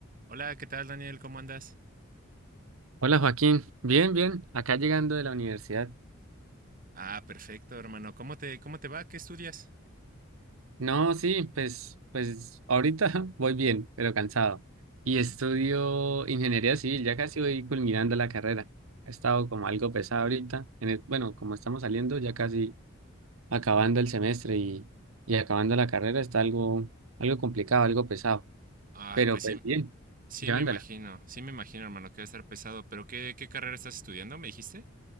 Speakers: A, on the right (about 40°); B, on the right (about 80°).
A: Hola, ¿qué tal, Daniel? ¿Cómo andas?
B: Hola Joaquín, bien, bien, acá llegando de la universidad.
A: Ah, perfecto, hermano. ¿Cómo te, cómo te va? ¿Qué estudias?
B: No, sí, pues, pues ahorita <laughs> voy bien, pero cansado. Y estudio ingeniería civil, ya casi voy culminando la carrera. Ha estado como algo pesado ahorita. en el- bueno, como estamos saliendo, ya casi acabando el semestre y, y acabando la carrera, está algo, algo complicado, algo pesado,
A: Ah,
B: pero
A: pues
B: pues
A: sí,
B: bien,
A: sí
B: llevándola.
A: me imagino, sí me imagino, hermano, que va a estar pesado. Pero ¿qué, qué carrera estás estudiando? ¿Me dijiste?